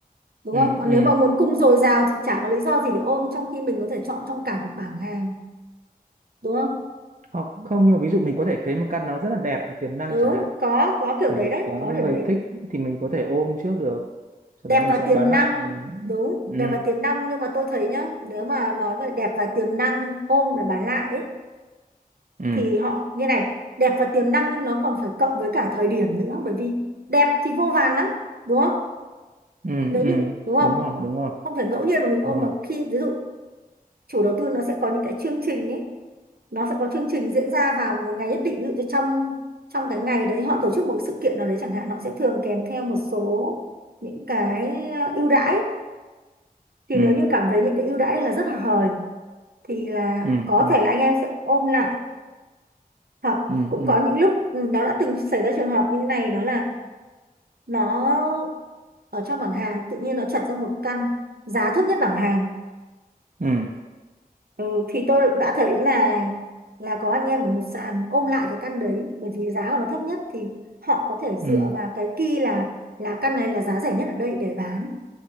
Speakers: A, on the right; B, on the right.
A: đúng
B: ừ
A: không còn
B: ừ
A: nếu mà nguồn cung dồi dào thì chả có lý do gì để ôm trong khi mình có thể chọn trong cả một bảng hàng đúng không
B: hoặc không nhưng mà ví dụ mình có thể thấy một căn nó rất là đẹp tiềm năng
A: đúng
B: chẳng hạn
A: có có kiểu
B: thì,
A: đấy
B: thì
A: đấy
B: có
A: có
B: những
A: kiểu
B: người
A: đấy
B: thích thì mình có thể ôm trước được sau
A: đẹp
B: đó mình
A: và
B: sẽ
A: tiềm
B: bán lại
A: năng đúng
B: ừ
A: đẹp và tiềm năng nhưng mà tôi thấy nhá nếu mà nói về đẹp và tiềm năng ôm là bán lại ấy,
B: ừ
A: thì họ như này đẹp và tiềm năng nhưng nó còn phải cộng với cả thời điểm nữa bởi vì đẹp thì vô vàn lắm đúng không
B: ừ
A: nếu
B: ừ
A: như đúng không
B: đúng rồi đúng rồi
A: không phải ngẫu nhiên mà mình ôm
B: đúng rồi
A: mà khi ví dụ chủ đầu tư nó sẽ có những cái chương trình ấy nó sẽ có chương trình diễn ra vào một ngày nhất định ví dụ như trong trong cái ngày đấy họ tổ chức một cái sự kiện nào đấy chẳng hạn họ sẽ thường kèm theo một số những cái ờ, ưu đãi thì
B: ừ
A: nếu như cảm thấy những cái ưu đãi này là rất là hời thì là
B: ừ
A: có
B: ừ
A: thể là anh em sẽ ôm lại hoặc
B: ừ
A: cũng
B: ừ
A: có những lúc ừ, đó đã từng xảy ra trường hợp như thế này đó là nó ở trong bảng hàng tự nhiên nó chật ra một căn giá thấp nhất bảng hàng
B: ừ
A: ừ, thì tôi đã thấy là là có anh em ở một sàn ôm lại cái căn đấy bởi vì giá của nó thấp nhất thì họ có thể dựa
B: ừ
A: vào cái key là là căn này là giá rẻ nhất ở đây để bán